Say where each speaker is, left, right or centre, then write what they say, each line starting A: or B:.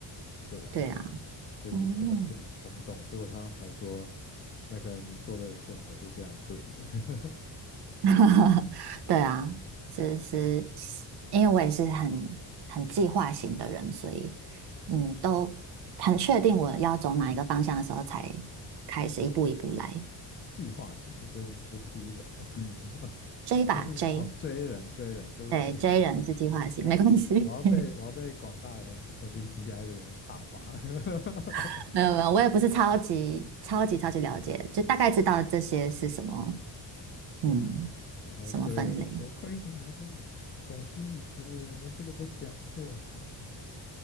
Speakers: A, on the left; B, on the right.
A: 对啊，
B: 对啊，
A: 所以不能不能冲动，
B: 嗯。嗯嗯
A: 所以我常常才说，那个你做的选择是非常对的。
B: <laughs> 对啊，只是因为我也是很很计划型的人，所以嗯，都很确定我要走哪一个方向的时候，
A: <laughs> 好，
B: 才开始一步一步来。
A: 计划型的，所以你是 P 人了。<laughs>
B: 追吧追
A: 但是哦追人追人，对不起，
B: 对追人是计划型，
A: <laughs> 我我要被我要被广大的
B: 没关系。
A: M MBTI 的人挞伐了。
B: <laughs> 没有没有，我也不是超级超级超级了解，就大概知道这些是什么，
A: <laughs> 对，
B: 嗯，
A: 然后就有人说，
B: 什么分类。
A: 亏你还是懂心理学的人，连这个都讲错。